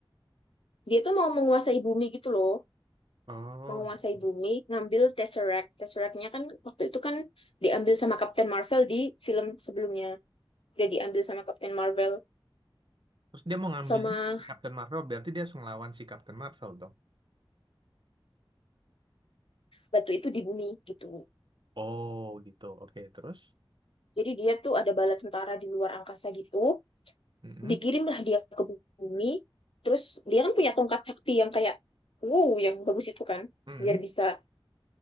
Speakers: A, on the left (about 80°); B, on the right (about 60°).
A: Dia tuh mau menguasai bumi gitu loh.
B: oh,
A: menguasai
B: gitu.
A: bumi ngambil Tesseract. Tesseract-nya kan waktu itu kan diambil sama Captain Marvel di film sebelumnya. Udah diambil sama Captain Marvel
B: terus dia mau ngambil
A: sama
B: ini, Captain Marvel, berarti dia harus ngelawan si Captain Marvel dong.
A: batu itu di bumi gitu.
B: Oh gitu. Oke, terus?
A: Jadi dia tuh ada bala tentara di luar angkasa gitu.
B: Mm-mm,
A: Dikirimlah dia ke bumi. Terus dia kan punya tongkat sakti yang kayak wow yang bagus itu kan
B: mm-mm.
A: biar bisa